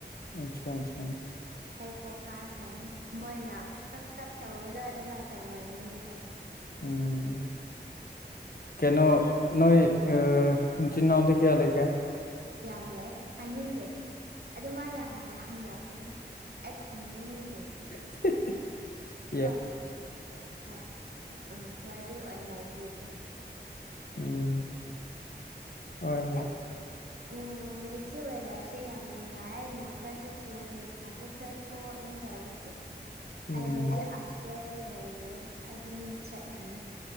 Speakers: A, on the left; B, on the right.
A: ꯑꯠꯁꯥ ꯑꯠꯁꯥ
B: ꯑꯩ ꯄꯣꯛ ꯀꯥꯏꯈ꯭ꯔꯅꯤ ꯃꯣꯏꯅ ꯀꯛ ꯀꯛ ꯇꯧꯕꯗꯣ ꯑꯗꯨꯃꯥꯏꯅ ꯇꯧ ꯉꯟꯕꯅꯦꯕ
A: ꯎꯝ ꯀꯩꯅꯣ ꯅꯣꯏ ꯢꯆꯤꯟ ꯅꯥꯎꯗꯤ ꯀꯌꯥ ꯂꯩꯒꯦ
B: ꯌꯥꯝ ꯂꯩ ꯍꯥꯏꯅꯤꯡꯗꯦ ꯑꯗꯨꯃꯥꯏꯅ ꯍꯪꯔꯛꯀꯅꯨ ꯑꯩ ꯈꯨꯝꯅꯤꯡꯗꯦ
A: <inaudible>
B: ꯀ ꯍꯣꯏ ꯎꯝ ꯋꯥꯔꯤ ꯂꯤꯒꯦ
A: ꯎꯝ ꯍꯣꯏ ꯍꯣꯏ
B: ꯑꯣ ꯉꯁꯤ ꯋꯦꯗꯔꯁꯦ ꯌꯥꯝ ꯅꯨꯡꯉꯥꯏ ꯅꯣꯡ ꯈꯔꯁꯨ ꯆꯨ ꯅꯨꯡꯁꯥꯁꯨ ꯈꯔ ꯊꯣꯛ ꯑꯗꯨꯝ ꯇꯧꯕꯒꯤ
A: ꯎꯝ
B: ꯑꯩ ꯍꯧꯖꯤꯛ ꯑꯁꯇꯔꯗ ꯂꯩꯔꯦ ꯑꯗꯨꯝ ꯆꯠꯂꯤ